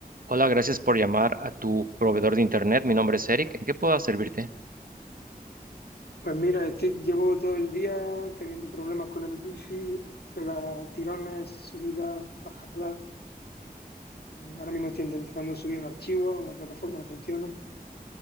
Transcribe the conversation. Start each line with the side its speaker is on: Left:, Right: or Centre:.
Right: Hola, gracias por llamar a tu proveedor de Internet. Mi nombre es Eric. ¿En qué puedo servirte?
Left: Pues mira, estoy, llevo todo el día teniendo problemas con el wifi, pega tirones, subidas, bajadas. Ahora mismo estoy intentando subir un archivo a una plataforma, no funciona.